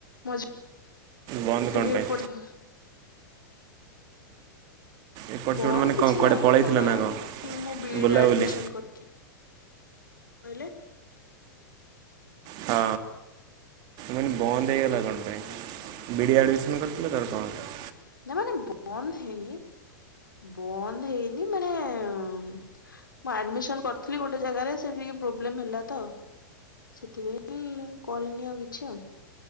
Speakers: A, on the left (about 80°); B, on the right (about 40°).
A: ମଝି ଟିକେ
B: ବନ୍ଦ କଣ
A: ଟିକେ
B: ପାଇଁ
A: ପଢି।
B: ଏପଟ ସେପଟ
A: ବନ୍ଦ
B: ମାନେ
A: କିଛି
B: କଣ କୁଆଡ଼େ
A: ନାହିଁ
B: ପଳେଇଥିଲା
A: ମାନେ
B: ନା
A: ଏମତି
B: କଣ
A: ମୁଁ ବିଇଡି
B: ବୁଲାବୁଲି
A: ଆଡମିସନ କରିଥିଲି। କହିଲେ।
B: ହଁ। ମାନେ ବନ୍ଦ ହେଇଗଲା କଣ ପାଇଁ ବିଡି ଆଡମିସନ କରିଥିଲେ ତାର କଣ ହେଲା।
A: ନା ମାନେ ବନ୍ଦ ହେଇନି ବନ୍ଦ ହେଇନି ମାନେ। ମୁଁ ଆଡମିସନ କରିଥିଲି ଗୋଟେ ଜାଗାରେ ସେଠି ଟିକେ ପ୍ରୋବ୍ଲେମ ହେଲା ତ। ସେଥିପାଇଁ କରିନି ଆଉ କିଛି ଆଉ